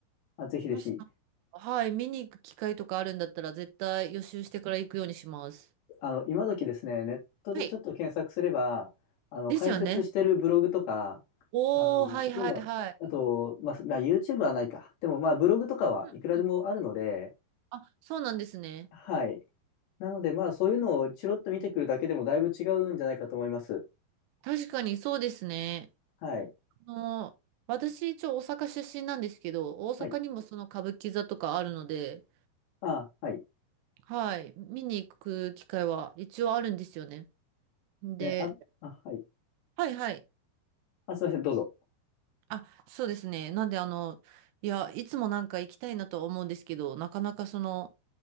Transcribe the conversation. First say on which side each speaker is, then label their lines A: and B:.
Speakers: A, on the left; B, on the right.
A: あ、ぜひぜひ。
B: もし、はい、見に行く機会とかあるんだったら、絶対予習してから行くようにします。
A: あの、今時ですね、ネットでちょっと検索すれば、
B: はい。
A: あの、
B: ですよね。
A: 解説してるブログとか、
B: おー、
A: あの、
B: はい、
A: そういうの、
B: はい、はい。
A: あと、まあ、まあ YouTube はないか。でも、まあ、ブログとかはいくらでもあるので、
B: うんうん。あ、そうなんですね。
A: はい。なので、まあ、そういうのをチロッと見てくるだけでもだいぶ違うんじゃないかと思います。
B: 確かにそうですね。
A: はい。
B: あの、私、一応大阪出身なんですけど、大阪にもその歌舞伎座とかあるので、
A: はい。あ、はい。
B: はい、見に行く機会は一応あるんですよね。で、
A: え、あ、あ、はい。
B: はいはい。
A: あ、すいません。どうぞ。
B: あ、そうですね。なんで、あの、いや、いつもなんか行きたいなとは思うんですけど、なかなかその、